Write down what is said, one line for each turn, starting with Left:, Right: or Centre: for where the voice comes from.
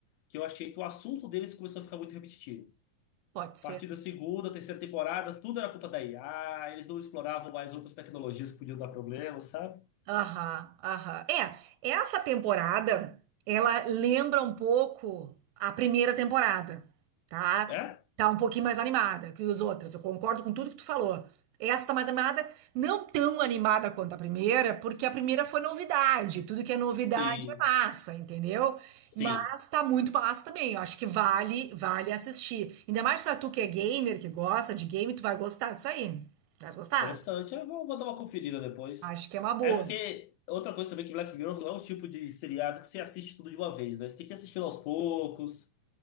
Left: que eu achei que o assunto deles começou a ficar muito repetitivo.
Right: Pode ser.
Left: A partir da segunda, terceira temporada, tudo era culpa da IA. Eles não exploravam mais outras tecnologias que podiam dar problema, sabe?
Right: Aham, aham. É, essa temporada, ela lembra um pouco a primeira temporada, tá?
Left: É?
Right: Tá um pouquinho mais animada que os outras. Eu concordo com tudo que tu falou. Essa tá mais animada, não tão animada quanto a primeira, porque a primeira foi novidade. Tudo que é novidade
Left: Sim.
Right: é massa, entendeu?
Left: Sim,
Right: Mas tá muito massa também. Eu acho que vale, vale assistir. Ainda mais pra tu que é gamer, que gosta de game, tu vai gostar disso aí. Vai gostar?
Left: interessante. Eu vou, vou dar uma conferida depois.
Right: Acho que é uma boa.
Left: É porque outra coisa também que Black Mirror não é um tipo de seriado que você assiste tudo de uma vez, né? Você tem que assistir aos poucos.